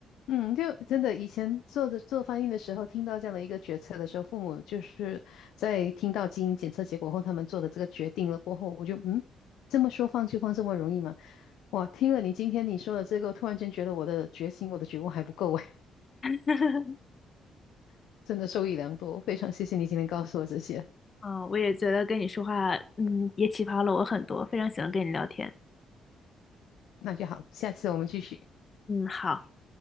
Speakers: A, on the left (about 80°); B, on the left (about 35°).
A: 嗯，就真的以前做的做翻译的时候，听到这样的一个决策的时候，父母就是在听到基因检测结果后，他们做的这个决定了过后，我就嗯，这么说放就放这么容易吗？哇，听了你今天你说的这个，我突然间觉得我的决心、我的觉悟还不够哎，
B: <laughs>
A: <laughs> 真的受益良多，非常谢谢你今天告诉我这些，
B: 嗯，我也觉得跟你说话，嗯，也启发了我很多，非常喜欢跟你聊天。
A: 那就好，下次我们继续，
B: 嗯，好，